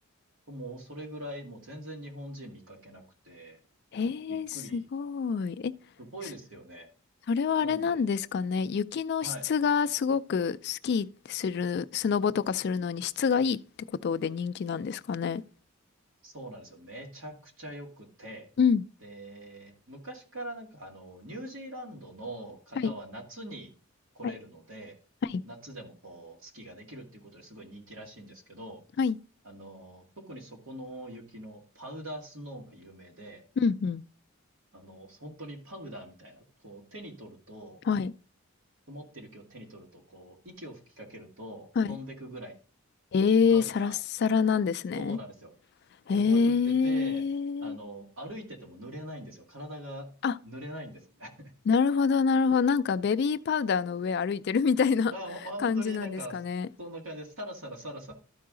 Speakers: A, on the right; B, on the left.
A: もうそれぐらい、もう全然日本人見かけなくて、
B: えー、
A: びっくり、
B: すごい。え、
A: すごいですよね。
B: そそれはあれなんですかね。
A: なんで、
B: 雪の質がすごくスキーする、
A: はい。
B: スノボとかするのに質がいいってことで人気なんですかね。
A: そうなんですよ。めちゃくちゃ良くて、
B: うん。
A: で、昔からなんかあの、ニュージーランドの方は夏に来れるので、
B: はい。はい。はい。
A: 夏でもこう、スキーができるっていうことですごい人気らしいんですけど、
B: はい。
A: あの、特にそこの雪のパウダースノーが有名で、
B: うん。うん。
A: あの、本当にパウダーみたいな、こう、手に取ると、
B: はい。
A: 積もってる雪を手に取ると、こう、息を吹きかけると飛んでくぐらい
B: はい。えー、
A: パウダー、
B: サラッサラなんですね。
A: そうなんですよ。
B: えー。
A: すごい降ってて、あの、歩いてても濡れないんですよ。体が濡れないんですよね。
B: あ、なるほど、なるほど。なんかベビーパウダーの上歩いてるみたいな
A: <laughs> あ、ほあ本当になんか、
B: <laughs> 感じなんですかね。
A: そんな感じで、さらさらさらさ